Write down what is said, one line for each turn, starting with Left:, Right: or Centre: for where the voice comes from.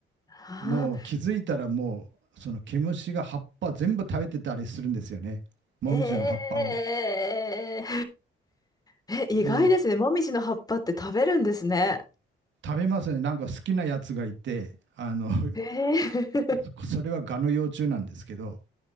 Left: あ
Right: もう気づいたらもう、その毛虫が葉っぱ全部食べてたりするんですよね。もみじの葉っぱを。
Left: あ、えー、
Right: で、
Left: え、意外ですね。もみじの葉っぱって食べるんですね。
Right: 食べますね。なんか好きなやつがいて、あの
Left: ええ
Right: <laughs>、それはガの幼虫なんですけど、